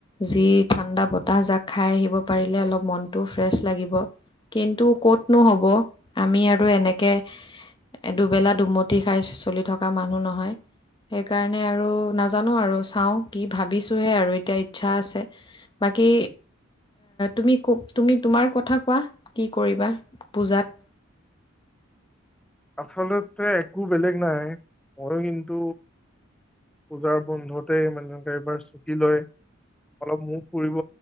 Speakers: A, on the left; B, in the centre.
A: যি ঠাণ্ডা বতাহ জাক খাই আহিব পাৰিলে অলপ মনটোও ফ্ৰেছ লাগিব। কিন্তু, ক'তনো হ'ব, আমি আৰু এনেকে এ, দুবেলা দুমুঠি খাই চোচলি থকা মানুহ নহয়। সেইকাৰণে আৰু নাজানোঁ আৰু চাওঁ, কি ভাবিছোঁহে আৰু এতিয়া ইচ্ছা আছে। বাকী তুমি, তুমি, তোমাৰ কথা কোৱা কি কৰিবা পূজাত? <inaudible>
B: আচলতে একো বেলেগ নাই। মইয়ো কিন্তু পূজাৰ বন্ধতে মানুহকে এইবাৰ চুটি লয় অলপ মইয়ো ফুৰিব